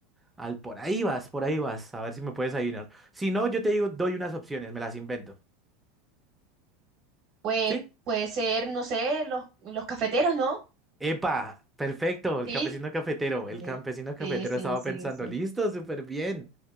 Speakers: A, in the centre; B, on the right.
A: Al, por ahí vas, por ahí vas, a ver si me puedes adivinar. Si no, yo te digo, doy unas opciones, me las invento.
B: Pues
A: ¿Sí?
B: puede ser, no sé, los, los cafeteros, ¿no?
A: Epa, perfecto, el
B: Sí.
A: campesino cafetero, el
B: Sí,
A: campesino cafetero
B: sí,
A: estaba
B: sí, sí.
A: pensando,
B: sí.
A: listo, súper bien,